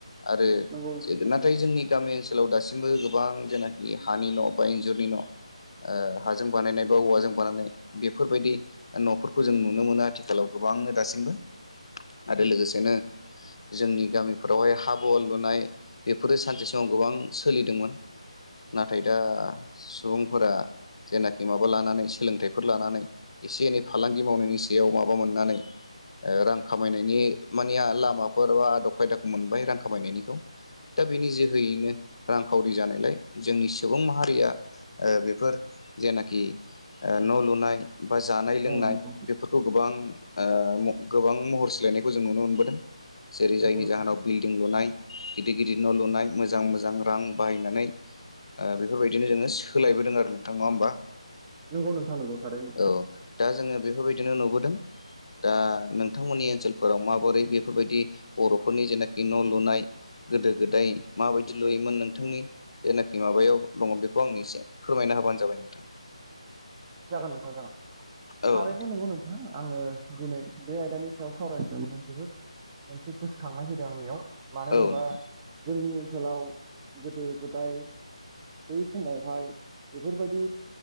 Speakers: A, on the left; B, on the right.
A: आरो
B: नंगौ नोंथां
A: नाथाय
B: थारैनो
A: जोंनि गामि ओ ओनसोलाव दासिमबो गोबां जेनाखि हानि न' बा इन्जुरनि न'। ओ हाजों बानायनाय बा औवाजों बानायनाय बेफोरबायदि न'फोरखौ जों नुनो मोनो आथि थिखालाव गोबांनो दासिमबो आरो लोगोसेनो जोंनि गामिफोरावहाय हाब'वाल लुनाय बेफोरो सानसे समाव गोबां सोलिदोंमोन। नाथाय दा सुबुंफोरा जेनाखि माबा लानानै सोलोंथाइफोर लानानै एसे एनै फालांगि मावनायनि सायाव माबा मोननानै ओ रां खामायनायनि माने लामाफोर बा आदब खायदाखौ मोनबाय रां खामायनायनिखौ। दा बेनि जोहोयैनो रांखावरि जानायलाय जोंनि सुबुं माहारिया ओ बेफोर जेनाखि न' लुनाय बा जानाय लोंनाय
B: औ नंगौ
A: बेफोरखौ गोबां ओ गोबां महर सोलायनायखौ जों नुनो मोनबोदों जेरै
B: नंगौ
A: जायनि
B: नोंथां
A: जाहोनाव बिल्डिं लुनाय। गिदिर गिदिर न' लुनाय मोजां मोजां रां बाहायनानै बेफोरबायदिनो जोङो सोलायबोदों आरो नोंथां नङा होमबा।
B: नोंगौ नोंथां नंगाव थारैनो।
A: औ दा जोङो बेफोरबायदिनो नुबोदों। दा नोंथांमोननि ओनसोलफोराव माबोरै बेफोरबायदि बर'फोरनि जेनाखि न' लुनाय गोदो गोदाय माबायदि लुयोमोन नोंथांनि जेनाखि माबायाव दङ बेखौ आं एसे फोरमायना। होबानो जाबाय नोंथां।
B: जागोन नोंथां जागोन
A: औ
B: थारैनो
A: नोंथां
B: नंगौ नोंथाङा।। आङो दिनै बे आयदानि सायाव सावरायदोंमोन जोबोद मोनसे गोसोखांनाय फैदों आंनियाव मानो
A: औ
B: होनोबा
A: नोंथां
B: जोंनि ओनसोलाव गोदो गोदाय बै समाव हाय बेफोरबायदि